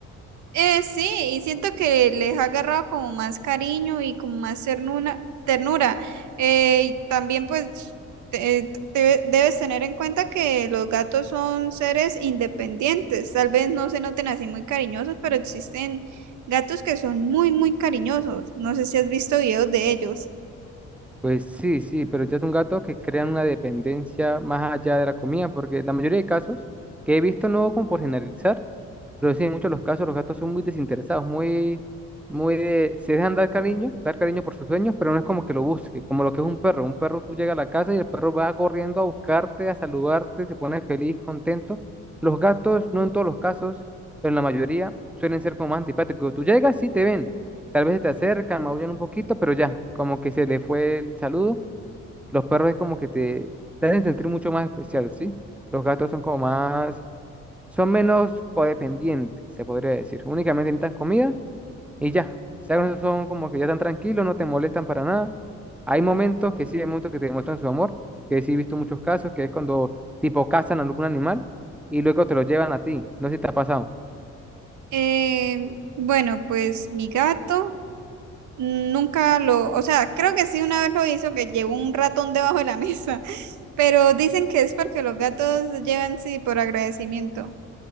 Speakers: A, on the right; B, in the centre.
A: Eh, sí, y siento que les ha agarrado como más cariño y como más ternura. ternura. Eh, y también pues te- te- debes tener en cuenta que los gatos son seres independientes. Tal vez no se noten así muy cariñosos, pero existen gatos que son muy, muy cariñosos. No sé si has visto videos de ellos.
B: Pues sí, sí, pero ya son gatos que crean una dependencia más allá de la comida, porque la mayoría de casos que he visto, no como por generalizar, pero sí, en muchos de los casos los gatos son muy desinteresados, muy, muy de, se dejan dar cariño, dar cariño por sus dueños, pero no es como que lo busque, como lo que es un perro. Un perro tú llegas a la casa y el perro va corriendo a buscarte, a saludarte, se pone feliz, contento. Los gatos, no en todos los casos, pero en la mayoría suelen ser como más antipáticos. Tú llegas, sí te ven, tal vez se te acercan, maullan un poquito, pero ya, como que se le fue el saludo. Los perros es como que te, te hacen sentir mucho más especial, ¿sí? Los gatos son como más son menos codependientes, se podría decir. Únicamente necesitan comida y ya. O sea, no son como que ya están tranquilos, no te molestan para nada. Hay momentos que sí, hay momentos que te demuestran su amor, que sí he visto muchos casos, que es cuando tipo cazan a algún animal y luego te lo llevan a ti. No sé si te ha pasado.
A: Eh, bueno, pues mi gato nunca lo, o sea, creo que sí una vez lo hizo, que llevó un ratón debajo de la mesa, <laughs> pero dicen que es porque los gatos llevan sí por agradecimiento.